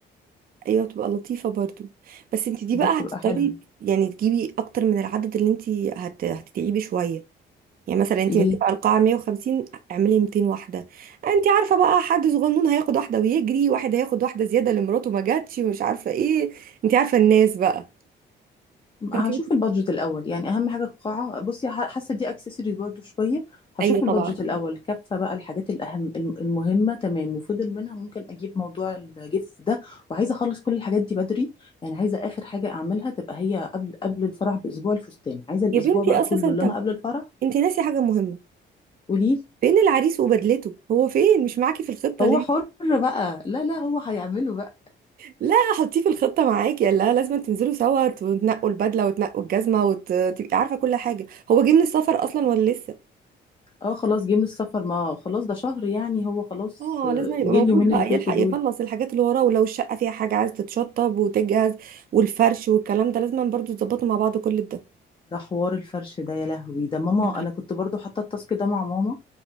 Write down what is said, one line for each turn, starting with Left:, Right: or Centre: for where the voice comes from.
Right: ايوه تبقى لطيفه برضو بس انت دي
Left: بتبقى
Right: بقى هتضطري
Left: حلوه
Right: يعني تجيبي اكتر من العدد اللي انت هت... هتتعبي شويه يعني مثلا انت
Left: ليه
Right: متفقه القاعه 150 اعملي 200 واحده انت عارفه بقى حد صغنون هياخد واحده ويجري واحد هياخد واحده زياده لمراته ما جاتش مش عارفه ايه انت عارفه الناس بقى فانت
Left: هشوف البادجت الاول يعني اهم حاجه القاعه بصي ح- حاسه دي اكسسوارز برضو شويه هشوف
Right: ايوه طبعا
Left: البادجت الاول كفه بقى الحاجات الاهم الم- المهمه تمام وفضل منها ممكن اجيب موضوع الجيفت ده وعايزه اخلص كل الحاجات دي بدري يعني عايزه اخر حاجه اعملها تبقى هي قبل قبل الفرح باسبوع الفستان عايزه الاسبوع
Right: يا بنتي
Left: بقى كله
Right: اساسا
Left: اللي انا قبل الفرح
Right: انت ناسي حاجة مهمة
Left: قوليلي
Right: فين العريس وبدلته هو فين مش معاكي في الخطة
Left: هو
Right: ليه
Left: حر بقى لا لا هو هيعمله بقى
Right: لا حطيه في الخطة معاكي لا لازم تنزلوا سوا وتنقوا البدلة وتنقوا الجزمة وتبقي عارفة كل حاجة هو جه من السفر اصلا ولا لسه
Left: اه خلاص جه من السفر ما خلاص ده شهر يعني هو خلاص
Right: اه
Left: آه،
Right: لازم يبقى
Left: جه
Right: موجود
Left: اليومين
Right: بقى
Left: اللي فاتوا
Right: يلحق
Left: دول
Right: يخلص الحاجات اللي وراه ولو الشقة فيها حاجة عايز تتشطب وتجهز والفرش والكلام ده لازم برضو تظبطوا مع بعض كل ده
Left: ده حوار الفرش ده يا لهوي ده ماما
Right: مم.
Left: انا كنت برضو حاطه التاسك ده مع ماما